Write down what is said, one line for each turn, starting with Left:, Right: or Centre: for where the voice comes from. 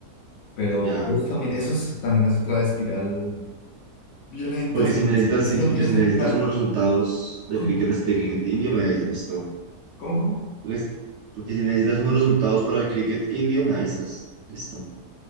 Left: Pero,
Right: Ya.
Left: pero eso también, eso es, también es otra espiral violenta
Right: Porque
Left: si,
Right: si necesitas,
Left: si, si
Right: si-
Left: no
Right: porque
Left: tienes
Right: si
Left: un
Right: necesitas
Left: plan.
Right: unos resultados de
Left: ¿Cómo?
Right: cricket, de cricket indio, me avisas, listo.
Left: ¿Cómo? ¿Cómo?
Right: Porque, es- porque si necesitas unos resultados para el cricket indio, me avisas. Listo.